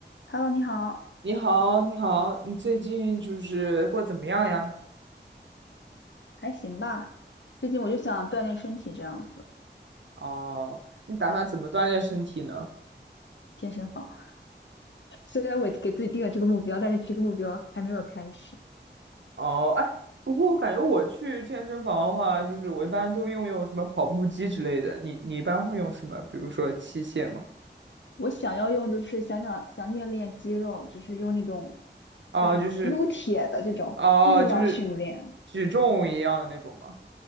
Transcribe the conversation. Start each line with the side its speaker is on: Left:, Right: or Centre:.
Left: Hello，你好，
Right: 你好，你好，你最近就是过得怎么样呀？
Left: 还行吧？最近我就想锻炼身体，这样子，
Right: 哦，你打算怎么锻炼身体呢？
Left: 健身房。<laughs> 虽然我给自己定了这个目标，但是这个目标还没有开始。
Right: 哦，哎，不过我感觉我去健身房的话，就是我一般都用用什么跑步机之类的。你你一般会用什么？比如说器械吗？
Left: 我想要用，就是想想想练练肌肉，就是用那种
Right: 哦，
Left: 叫什么撸铁的这种力量训练。
Right: 就是哦，就是举重一样的那种吗？